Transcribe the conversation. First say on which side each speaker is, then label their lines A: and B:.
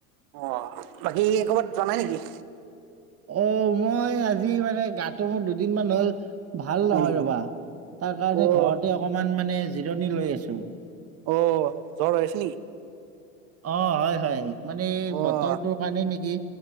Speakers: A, on the right; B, on the right.
A: অ বাকী কৰ'বাত জোৱা নাই নেকি?
B: অ মই আজি মানে গাটো মোৰ দুদিনমান হ'ল ভাল
A: হয়
B: নহয়
A: নেকি?
B: ৰবা তাৰ কাৰণে
A: অ'
B: ঘৰতে অকমান মানে জিৰণি লৈ আছোঁ।
A: অ জ্বৰ হৈছে নেকি?
B: অ হয় হয় মানে এই
A: অ'
B: বতৰটোৰ কাৰণে নেকি